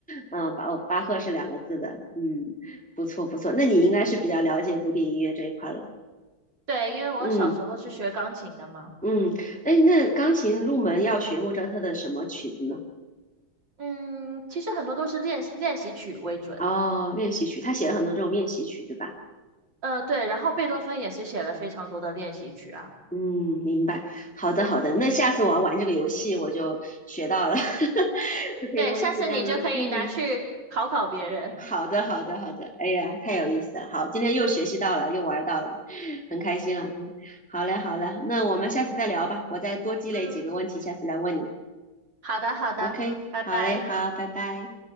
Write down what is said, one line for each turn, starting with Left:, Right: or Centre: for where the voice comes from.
Centre: 嗯，巴哦巴赫是两个字的，嗯，不错不错，那你应该是比较了解古典音乐这一块了，
Right: 对，因为我小时候是学钢琴的嘛，
Centre: 嗯嗯，哎，那钢琴入门要学莫扎特的什么曲子呢？
Right: 嗯，其实很多都是练练习曲为准，
Centre: 哦，练习曲，他写了很多这种练习曲，对吧？
Right: 呃，对，然后贝多芬也是写了非常多的练习曲啊。
Centre: 嗯，明白。好的，好的。那下次我要玩这个游戏，我就学到了，<laughs> 就可以问一些家人们。
Right: 对，下次你就可以拿去考考别人。
Centre: 嗯，好的，好的，好的。哎呀，太有意思了。好，今天又学习到了，又玩到了，很开心啊。嗯，好嘞，好嘞。那我们下次再聊吧，我再多积累几个问题，
Right: 嗯，
Centre: 下次来问你。
Right: 好的好的，
Centre: OK，
Right: 嗯，拜拜。
Centre: 好嘞，好，拜拜。